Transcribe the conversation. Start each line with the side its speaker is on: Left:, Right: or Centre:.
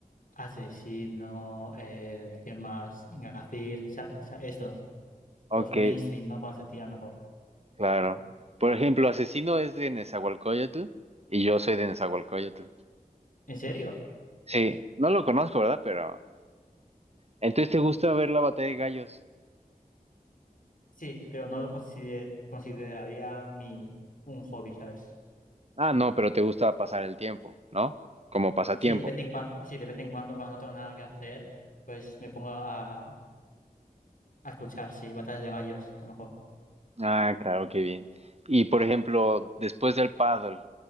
Left: Asesino, eh ¿qué más? Gazir, sa- sa- estos,
Right: Ok,
Left: los mainstream, no parecería mejor.
Right: claro. Por ejemplo, Asesino es de Nezahualcóyotl y yo soy de Nezahualcóyotl.
Left: ¿En serio?
Right: Sí, no lo conozco, ¿verdad? Pero... Entonces, ¿te gusta ver la batalla de gallos?
Left: Sí, pero no lo consider- consideraría mi, un hobby, ¿sabes?
Right: Ah, no, pero te gusta pasar el tiempo, ¿no? Como pasatiempo.
Left: Sí, de vez en cuando, sí, de vez en cuando, cuando no tengo nada que hacer, pues me pongo a, a escuchar, sí, batallas de gallos, a lo mejor.
Right: Ah, claro, qué bien. Y por ejemplo, después del paddle,